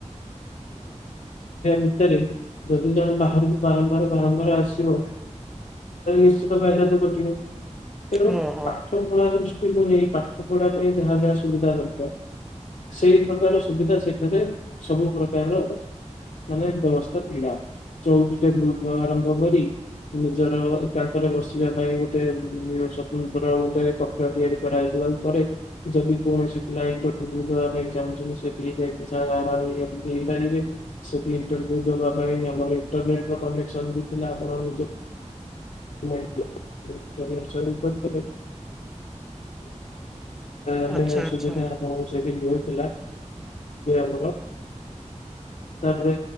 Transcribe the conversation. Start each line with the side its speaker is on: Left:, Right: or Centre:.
Left: ଭିତରେ ଯଦି ଜଣେ ବାହାରକୁ ବାରମ୍ବାର ବାରମ୍ବାର ଆସିବ। ନିଶ୍ଚିତ <unintelligible> କଟିବ ତେଣୁ
Centre: ହଁ ହଁ
Left: ପାଠ ପଢା ଦୃଷ୍ଟିକୁ ନେଇ ପାଠ ପଢା ପାଇଁ ଯାହା ଯାହା ସୁବିଧା ଦରକାର ସେଇ ପ୍ରକାର ସୁବିଧା ସେଠାରେ ସବୁ ପ୍ରକାରର ମାନେ ବ୍ୟବସ୍ଥା ଥିଲା ଚଉକିରେ ବୃଥ ଆରମ୍ଭ କରି ନିଜର ଏକାନ୍ତରେ ବସିବା ପାଇଁ ଗୋଟେ ସ୍ବତନ୍ତ୍ର ଗୋଟେ କକ୍ଷ ତିଆରି କରାଯାଇଥିଲା ପରେ ଯଦି କୌଣସି ପାଇବା ପାଇଁ ଚାହୁଁଛନ୍ତି ସେଠିକି ଆର ନେଇପାରିବେ ସେଠି ଇଣ୍ଟରୁ ଆମର ଇଣ୍ଟରନେଟ ର କନେକ୍ସନ ବି ଥିଲା ଆପଣ ନିଜ ଦ <inaudible> ପ୍ରକାର ଆମ
Centre: ଆଚ୍ଛା ଆଚ୍ଛା
Left: ସୁବିଧା ସେଥିଲା ଆମର ତାପରେ